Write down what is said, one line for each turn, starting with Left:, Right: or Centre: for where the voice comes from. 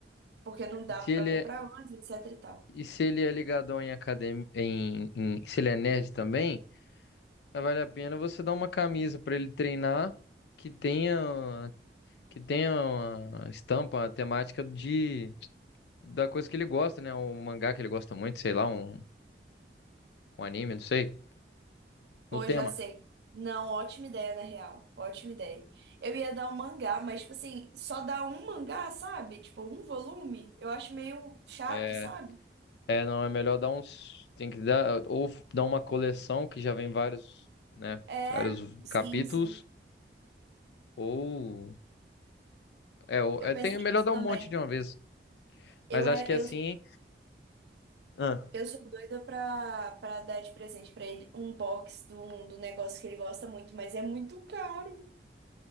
Right: porque não dava
Left: E se ele
Right: pra comprar
Left: é,
Right: antes, etc e tal.
Left: e se ele é ligadão em academia, em, em- se ele é nerd também, vale a pena você dar uma camisa para ele treinar que tenha que tenha uma estampa, uma temática de da coisa que ele gosta, né? Um mangá que ele gosta muito, sei lá, um, um anime, não sei,
Right: Pô,
Left: no tema.
Right: já sei. Não, ótima ideia, na real. Ótima ideia. Eu ia dar um mangá, mas, tipo assim, só dar um mangá, sabe? Tipo, um volume, eu acho meio chato,
Left: É,
Right: sabe?
Left: é, não é melhor dar uns, tem que dar ou dar uma coleção que já vem vários, né,
Right: É,
Left: vários
Right: sim,
Left: capítulos
Right: sim.
Left: ou é, ou-
Right: Eu
Left: é tem
Right: pensei
Left: é
Right: nisso
Left: melhor dar
Right: também.
Left: um monte de uma vez.
Right: Eu,
Left: Mas acho
Right: é,
Left: que assim
Right: eu
Left: Ah.
Right: Eu sou doida pra, pra dar de presente pra ele um box do, do negócio que ele gosta muito, mas é muito caro.